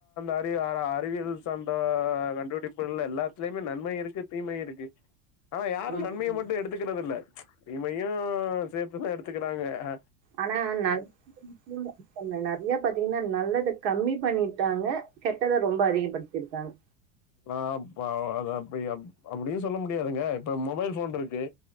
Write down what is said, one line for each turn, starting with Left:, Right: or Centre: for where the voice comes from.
Left: அறி அறிவியல் சாந்த கண்டுபிடிப்புகள் எல்லாத்திலயுமே நன்மை இருக்கு தீ்மை இருக்கு ஆனா யாரு
Right: ம்
Left: நன்மைய
Right: ம்
Left: மட்டு எடுத்துக்றது இல்ல தீமையு சேர்த்துதா எடுத்துக்கிறாங்க ஹ
Right: ஆனா <inaudible> நெறய பாத்தீங்கன்னா நல்லத கம்மி பண்ணிட்டாங்க கெட்டத ரொம்ப அதிகப்படுத்திருகாங்க
Left: ஆ அப் அ அப்டி அப்படியு சொல்ல முடியாதுங்க இப்ப மொபைல் போன் இருக்கு